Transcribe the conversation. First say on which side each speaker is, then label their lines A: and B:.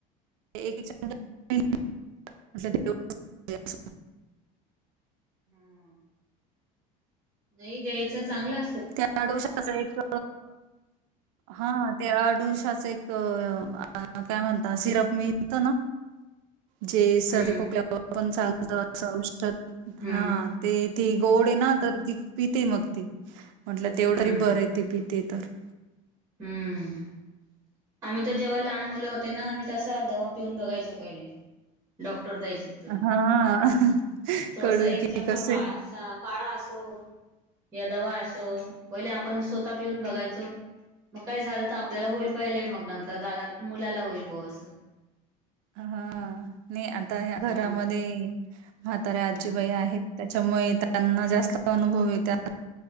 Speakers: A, on the right; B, on the right.
A: एक चमचा तरी रोज द्यायच.
B: हम्म, नाही द्यायचा चांगला अस,
A: त्या आडूळश्याचा अस एक हा त्या आडूश्याचा अस एक काय म्हणतात सिरप मिळतो ना, जे सर्दी
B: हम्म
A: खोकल्यावर पण चालत अस औषध
B: हम्म
A: हा तेच ना. ती गोड आहे ना तर ती पित मग ती म्हटलं तेवढं
B: हम्म
A: तरी बर आहे ती पि ते तर <inaudible>
B: हम्म. आम्ही तर जेव्हा लहान मुलं होते ना आम्ही तसा दवा पिऊन बघायचो पहिले डॉक्टर द्यायचे तो
A: हां,
B: थोडसा
A: कळू
B: एक
A: की
B: चंपा
A: कसे
B: काळा सा काळा असो या दवा असो पहिले आपण स्वतः पिऊन बघायचो. मग काही झालं तर आपल्याला होईल पहिले मग नंतर दादाला मुलाला होईल हो अस
A: हा नाही आता हे
B: हा
A: घरामध्ये, म्हातार्या आजीबाई
B: हम्म
A: आहेत त्याच्यामुळे त्यांना जास्त अनुभव आहेत.